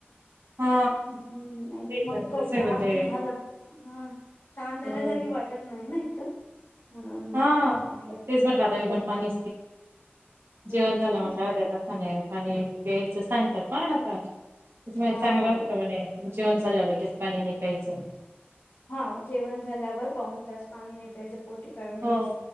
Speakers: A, on the right (about 70°); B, on the left (about 80°).
A: हा
B: हम्म
A: ते
B: मग
A: पण
B: काही
A: तसे
B: तर
A: म्हणजे
B: <unintelligible> झालं हम. तहान झाल्यासारखी
A: हो
B: वाटत नाही ना एकदम? म्हणून
A: हा.
B: मग म्हटलं
A: तेच म्हटलं, आता मी पण
B: तर-
A: पाणी-
B: हम्म
A: जेवण झाल्यावर
B: हम्म हम्म
A: <unintelligible> कसा नाही पाणी घ्यायचं सांगतात ना आता? चांगलं
B: हा हो
A: असतं म्हणे जेवण झाल्यावर लगेच पाणी नाही प्यायचं.
B: हा जेवण झाल्यावर पाऊन तास पाणी नाही प्यायचं फोर्टी फायव्ह मिनिट्स,
A: हो